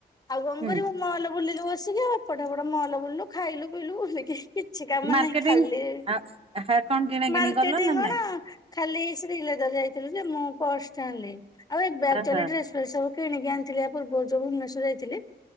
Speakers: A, on the left; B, on the right.
A: ଆଉ କଣ
B: ହୁଁ
A: କରିବୁ ମହଲ ବୁଲିଲୁ ବସିକି ଆଉ ଏପଟେପଟ ମହଲ ବୁଲିଲୁ ଖାଇଲୁ ପିଇଲୁ କିଛି କାମ
B: ମାର୍କେଟିଂ
A: ନାହିଁ ଖାଲି
B: ଆ ହା କଣ କିଣା
A: ମାର୍କେଟ
B: କିିଣି କଲ ନା
A: ଗଣ
B: ନାଇଁ
A: ଖାଲି ଶ୍ରୀଲେଦର ଯାଇଥିଲୁ ଯେ ମୁଁ ପ୍ରସ ଟା ଆନିଲି ଏ ଵ୍ୟ
B: ଓହୋ
A: ଗ ଡେ ସବୁ କିଣିକି ଆଣିଥିଲି ଆ ପ୍ରୁବରୁ ଯୋଉ ଭୁବନେଶ୍ୱର ଯାଇଥିଲି